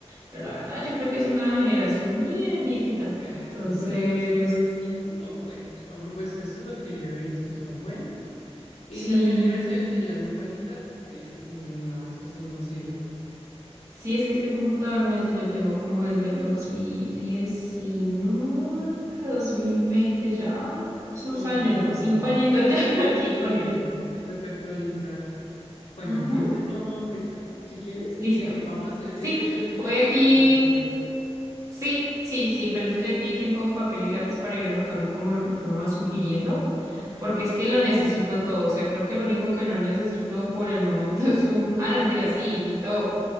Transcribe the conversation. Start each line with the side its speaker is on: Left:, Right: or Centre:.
Right: pero la verdad yo creo que es una generación bien viejita.
Left: Ah,
Right: Entonces,
Left: sí, porque los de Core cinco son buenos. o Pues eso es lo que yo he visto, son buenos. Y
Right: sí.
Left: la generación, si ya es muy bajita, eso sí, no, eso sí no sirve.
Right: Sí, es que este computador, imagínate, yo tengo como desde el 2019, 2020, ya van sus
Left: Ujú.
Right: años, ¿no? Cinco añitos ya <laughs> aquí con
Left: Sí,
Right: él.
Left: ya toca actualizarlo. Bueno,
Right: Ujú,
Left: entonces vamos a empezar. Si quieres,
Right: Listo.
Left: eh, vamos a hacer,
Right: Sí,
Left: ese, el tuyo
Right: voy
Left: es portátil,
Right: aquí.
Left: ¿cierto?
Right: Sí, sí, sí, pero entonces ya aquí tengo papel y lápiz para ir anotando como lo que tú me vas sugiriendo,
Left: Ajá.
Right: porque es que lo necesito todo. O sea, creo que lo único que no necesito por el momento <laughs> es un... Ah, no, mentira, sí, necesito.